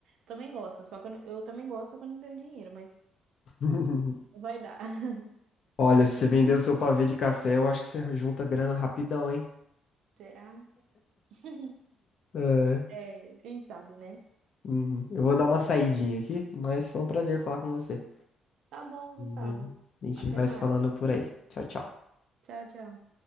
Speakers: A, on the right; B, on the left.
A: Também gosto, só que eu, não- eu também gosto, só que eu não tenho dinheiro, mas
B: <laughs>
A: vai dar. <laughs>
B: Olha, se você vender o seu pavê de café, eu acho que você junta grana rapidão, hein?
A: Será? <laughs>
B: É.
A: É, quem sabe, né?
B: Uhum. Eu vou dar uma saidinha aqui, mas foi um prazer falar com você.
A: Tá bom,
B: E
A: Gustavo.
B: aí, a gente
A: Até
B: vai
A: mais.
B: se falando por aí. Tchau, tchau.
A: Tchau, tchau.